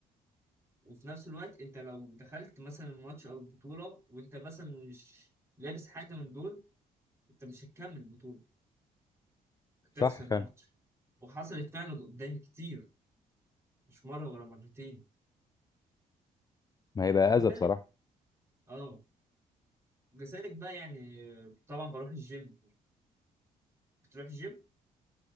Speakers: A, on the right (about 20°); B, on the left (about 25°).
A: وفي نفس الوقت انت لو دخلت مثلا الماتش او البطولة وانت مثلا مش لابس حاجة من دول انت مش هتكمل البطولة هتخسر
B: صح
A: الماتش
B: فعلا
A: وحصلت فعلا قدامي كتير مش مرة ولا مرتين
B: ما هيبقى
A: وكذلك
B: اذى بصراحة
A: اه وكذلك بقى يعني آه، طبعا بروح الجيم بتروح الجيم